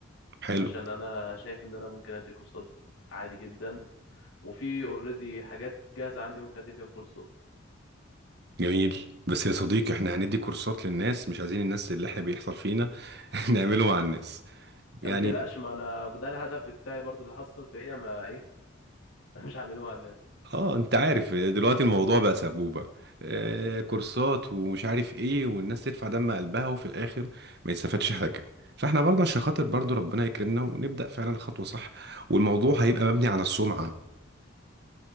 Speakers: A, on the right; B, on the left.
A: حلو
B: عشان انا شايف ان انا ممكن ادي كورسات عادي جدا وفي اوريدي حاجات جاهزه عندي ممكن ادي فيها كورسات
A: جميل بس يا صديقي احنا هندي كورسات للناس مش عايزين الناس اللي احنا بيحصل فينا <laughs> نعمله مع الناس
B: يعني
A: يعني
B: ما تقلقش ما انا ده الهدف بتاعي برضو اللي حصل فيا ما ايه <laughs> مش هعمله مع الناس
A: اه انت عارف آه، دلوقتي الموضوع بقى سبوبة آه كورسات ومش عارف ايه والناس تدفع دم قلبها وفي الاخر ما يستفادش حاجة فاحنا برضه عشان خاطر برضه ربنا يكرمنا ونبدأ فعلا خطوة صح والموضوع هيبقى مبني على السمعة